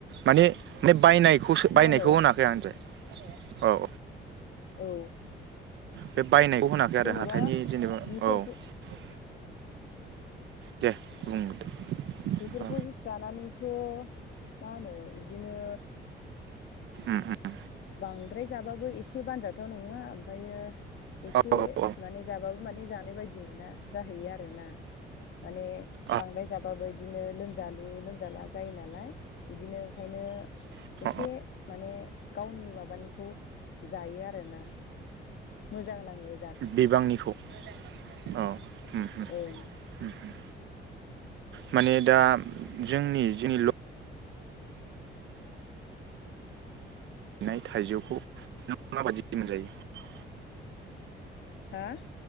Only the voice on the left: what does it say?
मा
होनो
औ।
जेनेबा
बेफोरखौ
ओ
बेफोरखौ
जुस जानानैथ' मा होनो इदिनो
बांद्राय जाबाबो बो एसे बानजा थाव नङा ओमफायो एसे
माने जाबाबो माने जानो बायदि मोना जाहैयो आरोना माने
बांद्राय जाबाबो इदिनो लोमजालु लोमजाला जायो नालाय बिदिनो ओंखायनो
एसे माने गावनि माबानिखौ जायो आरोना। मोजां नांङो।
ओं
हा?